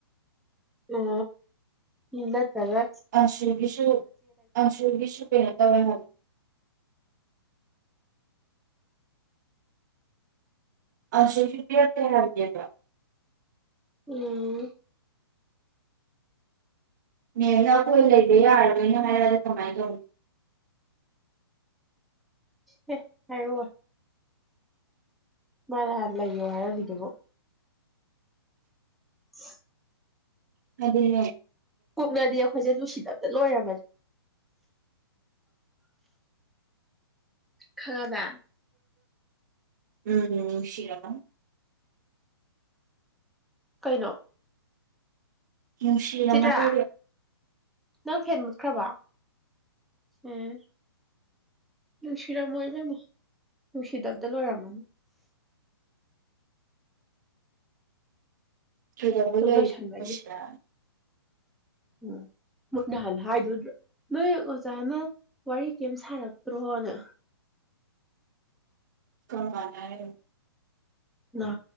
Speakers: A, in the centre; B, on the right (about 45°).
A: ꯎ ꯏꯗ ꯆꯒ
B: ꯑꯟꯁꯨꯒꯤꯁꯨ ꯑꯟꯁꯨꯒꯤꯁꯨ ꯀꯩꯅꯣ ꯇꯧꯋꯦ ꯍꯥꯏ ꯑꯦ ꯐꯔꯗꯤ꯭ꯔꯣ
A: ꯎꯝ
B: ꯃꯗ ꯂꯩꯕ ꯑꯩꯅ ꯃ ꯑꯗꯨ ꯀꯃꯥꯏ ꯇꯧꯅꯤ
A: ꯍ ꯍꯥꯏꯔ ꯃꯥ ꯍꯥꯔ ꯂꯩ ꯌꯣ ꯍꯥꯏꯔꯕꯤꯗꯨꯕꯨꯣ ꯍ
B: ꯑꯗꯨꯗ
A: ꯀꯣꯛꯅꯗꯤ ꯑꯩꯈꯣꯏꯁꯦ ꯨꯁꯤꯗꯕꯇ ꯂꯣꯏꯔꯕꯅꯤ ꯈꯕ
B: ꯎꯝ ꯎꯝ ꯁꯤꯔꯃ
A: ꯀꯩꯅꯣ
B: ꯅꯨꯡꯁꯤ
A: ꯆꯤꯇ꯭ꯔꯥ
B: ꯑꯃꯗ
A: ꯅꯪ ꯐꯦꯟ ꯃꯨꯠꯈ꯭ꯔꯕ ꯎꯝ ꯃꯁꯤꯔ ꯑꯃ ꯑꯣꯏꯔ ꯃꯔꯁꯤꯗ ꯑꯕꯗꯜꯋꯥꯏ ꯔꯍꯃꯟ
B: ꯀꯩꯗꯧꯕ
A: ꯑꯗꯨꯝ
B: ꯂꯩꯔꯤꯅꯣ
A: ꯂꯩ ꯁꯥꯟꯕꯅꯤ
B: ꯁꯤꯗ
A: ꯎꯝ ꯃꯨꯠ ꯅꯍꯜ ꯍꯥꯏꯗꯨ꯭ꯔꯣ ꯅꯣꯏ ꯑꯣꯖꯥꯅ ꯋꯥꯔꯤ ꯀꯔꯤꯝ ꯁꯥꯔꯛꯇ꯭ꯔꯣꯅ
B: ꯀꯄꯅꯔ
A: ꯅ